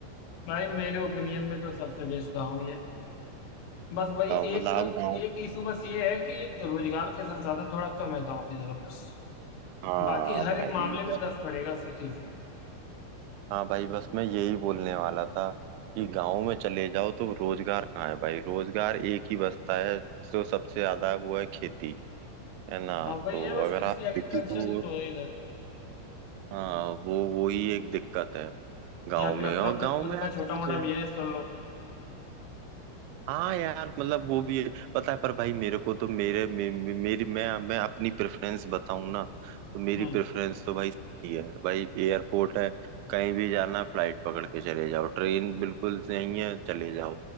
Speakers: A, on the left; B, on the right.
A: भाई मेरे ओपिनियन में तो सबसे बेस्ट गाँव ही है बस वही
B: बताओ, मतलब
A: एक
B: आप गाँव
A: एक इशू बस ये है कि रोजगार के संसाधन थोड़ा कम है गाँव की जगह बस
B: हाँ
A: बाकी हर
B: भाई
A: एक मामले में दस पड़ेगा सिटी से
B: हाँ भाई बस मैं यही बोलने वाला था कि गांव में चले जाओ तो रोजगार कहाँ है भाई रोजगार एक ही बचता है जो सबसे ज्यादा वो है खेती है ना
A: हाँ वही
B: तो
A: है बस
B: अगर
A: कृषि
B: आप
A: एग्रीकल्चर
B: खेती को
A: ही तो है इधर
B: हाँ वो वो ही एक दिक्कत है गांव
A: या फिर
B: में
A: अपना
B: और गांव
A: कोई खुद
B: में यार
A: का छोटा
B: ठीक
A: मोटा
B: है
A: बिजनेस कर लो
B: हाँ यार मतलब वो भी है पता है पर भाई मेरे को तो मेरे मे, मे, मेरी मैं मैं अपनी प्रेफरेंस बताऊं ना तो मेरी
A: हम्म
B: प्रेफरेंस तो भाई सही है भाई एयरपोर्ट है कहीं भी जाना है फ्लाइट पकड़ के चले जाओ ट्रेन बिल्कुल नहीं है चले जाओ